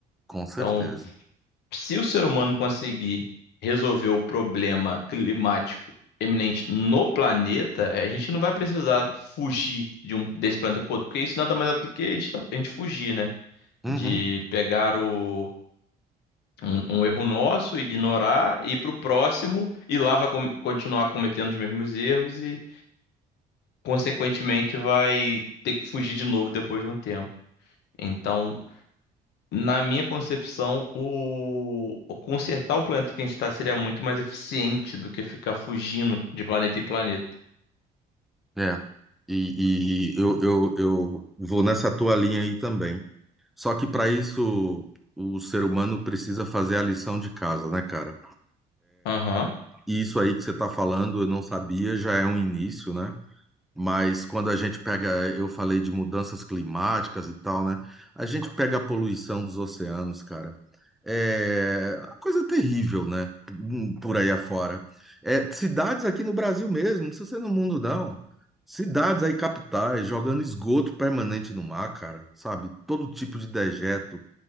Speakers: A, in the centre; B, on the left (about 80°).
A: com certeza.
B: Então, se o ser humano conseguir resolver o problema climático eminente no planeta, a gente não vai precisar fugir de um, desse planeta pro outro, porque isso nada mais é do que a gente, tá- a gente fugir, né?
A: Uhum.
B: de pegar o, um, um erro nosso, ignorar, ir para o próximo e lá vai com- continuar cometendo os mesmos erros e, consequentemente, vai ter que fugir de novo depois de um tempo. Então, na minha concepção, o, o consertar o planeta que a gente está seria muito mais eficiente do que ficar fugindo de planeta em planeta.
A: É. E, e eu, eu, eu vou nessa tua linha aí também. Só que para isso o ser humano precisa fazer a lição de casa, né, cara?
B: Aham.
A: E isso aí que você está falando, eu não sabia, já é um início, né? Mas quando a gente pega, eu falei de mudanças climáticas e tal, né? A gente pega a poluição dos oceanos, cara. É uma coisa terrível, né? Hum, Por aí afora. É, cidades aqui no Brasil mesmo, não precisa ser no mundo, não. Cidades aí, capitais, jogando esgoto permanente no mar, cara, sabe? Todo tipo de dejeto.